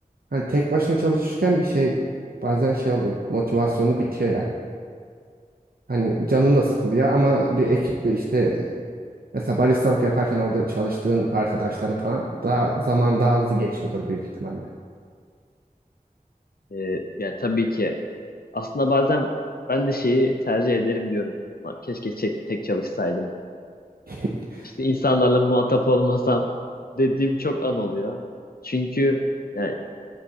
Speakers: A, on the right; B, on the left.
A: hani tek başına çalışırken bir şey bazen şey oluyor. Motivasyonu bitiyor yani. Hani canın da sıkılıyor ama bir ekiple işte mesela baristalık yaparken orada çalıştığın arkadaşların falan daha zaman daha hızlı geçiyordur büyük ihtimalle.
B: Ee, yani tabii ki aslında bazen ben de şeyi tercih ederim diyorum. Lan Keşke çek- tek çalışsaydım.
A: <laughs>
B: işte insanlarla muhatap olmasam dediğim çok an oluyor. Çünkü yani